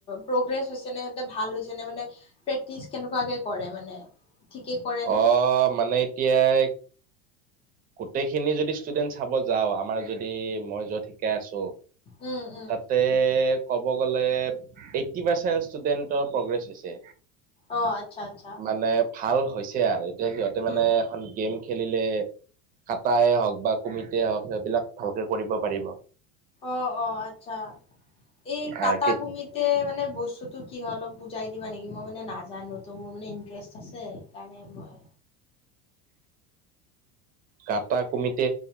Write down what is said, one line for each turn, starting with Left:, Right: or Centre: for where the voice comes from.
Left: প্ৰগ্ৰেছ হৈছে নে সিহঁতে ভাল হৈছ যেনে মানে প্ৰেক্টিচ কেনেকুৱাকে কৰে মানে ঠিকেই কৰে নে
Right: অ মানে এতিয়া এইক গোটেই খিনিযদি ষ্টুডেন্ট চাব যাওঁ, আমাৰ যদি মই য'ত শিক কে আছো
Left: উম উম
Right: তাতে কব ব গ'লে আইটি পাৰ্চন ষ্টুডেণ্টৰ প্ৰগ্ৰেছ হৈছে।
Left: অ আচ্ছা আচ্ছা
Right: মানে ভাল হৈছে আৰু এতিয়া সিহঁতে
Left: উম
Right: মানে এখন গেম খেলিলে খাতায়ে হওক বা কুমিট কে হওঁক সেইবিলাক ভালকে কৰিব পাৰিব।
Left: অ অ আচ্ছা এই কাটা
Right: আৰু
Left: কুমিতে মানে বস্তু টো কি হয় অলপ বুজাই দিবা নেকি? মই মানে নাজানো ত মোৰ মানে ইণ্টাৰেষ্ট আছে সেকাৰণে মই
Right: কাটা কুমিতে